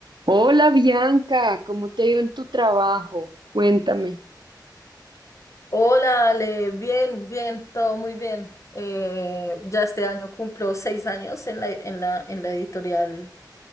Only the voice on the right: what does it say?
Hola Bianca, ¿cómo te ha ido en tu trabajo? Cuéntame.